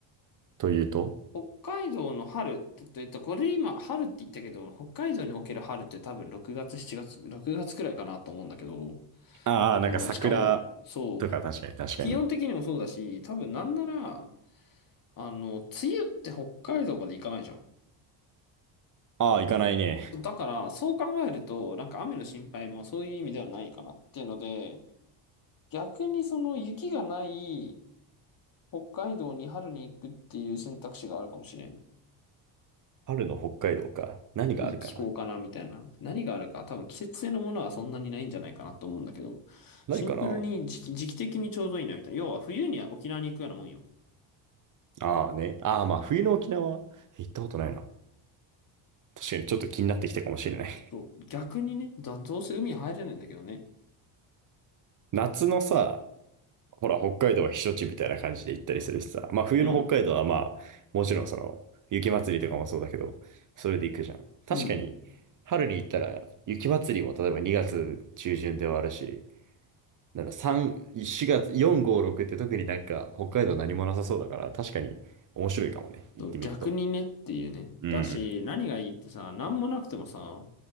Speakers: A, on the right; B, on the left.
A: というと
B: 北海道の春って言ったえっと、これ今、春って言ったけど、北海道における春って多分6月、7月、6月くらいかなと思うんだけど、
A: ああー、
B: その、
A: なんか桜
B: しかも、そう、
A: とか確かに確かに。
B: 気温的にもそうだし、多分なんなら、あの、梅雨って北海道まで行かないじゃん。
A: ああ、行かないね。
B: だから、そう考えると、なんか雨の心配もそういう意味ではないかなっていうので、逆にその雪がない北海道に春に行くっていう選択肢があるかもしれん。
A: 春の北海道か。何があるかな。
B: いい気候かなみたいな。何があるか、多分季節性のものはそんなにないんじゃないかなと思うんだけど、
A: ないかな。
B: シンプルに時期、時期的にちょうどいいなみたいな。要は冬には沖縄に行くようなもんよ。
A: ああね。ああ、まあ冬の沖縄行ったことないな。確かにちょっと気になってきたかもしれない。
B: そう、逆にね、だ、どうせ海入れないんだけどね。
A: <laughs> 夏のさ、ほら、北海道は避暑地みたいな感じで行ったりするしさ。まあ、冬の北海道はまあ、
B: うん。
A: もちろんその、雪祭りとかもそうだけど、それで行くじゃん。確かに、
B: うん。
A: 春に行ったら、雪祭りも例えば2月中旬ではあるし、なんだ、3、4月、4、5、6って特になんか、北海道何もなさそうだから、確かに面白いかもね。行ってみると。
B: そう逆にねっていうね。
A: うん。
B: だし、何がいいってさ、何もなくてもさ、